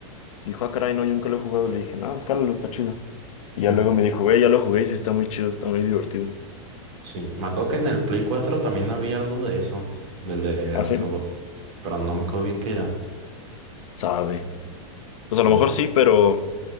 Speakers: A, on the left; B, on the right.
A: Dijo, ah, caray, no, yo nunca lo he jugado. Le dije, no, escálalo, está chido. Y ya
B: <laughs>
A: luego me dijo, güey, ya lo jugué y sí está muy chido, está muy divertido.
B: Sí, me acuerdo que en el Play 4 también había algo de eso, del de
A: ¿Ah,
B: Astrobot,
A: sí?
B: pero no me acuerdo bien qué era.
A: Sabe. Pues
B: Sí,
A: a lo mejor sí, pero